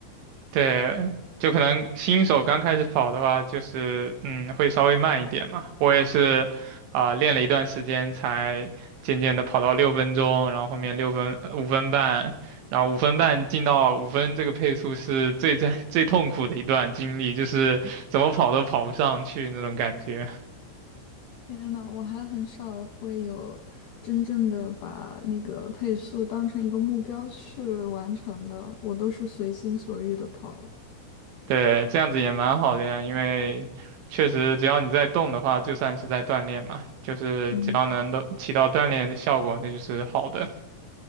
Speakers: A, on the right (about 75°); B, on the left (about 75°).
A: 对，就可能新手刚开始跑的话，就是嗯，会稍微慢一点嘛。我也是啊、练了一段时间，才渐渐的跑到六分钟，然后后面六分呃五分半，然后五分半进到五分这个配速是最在 <laughs> 最痛苦的一段经历，就是怎么跑都跑不上去那种感觉。
B: 天呐，我还很少会有真正的把那个配速当成一个目标去完成的，我都是随心所欲的跑。
A: 对，这样子也蛮好的呀，因为确实只要你在动的话，就算是在锻炼嘛，就是只要能都起到锻炼的效果，
B: 嗯。
A: 那就是好的。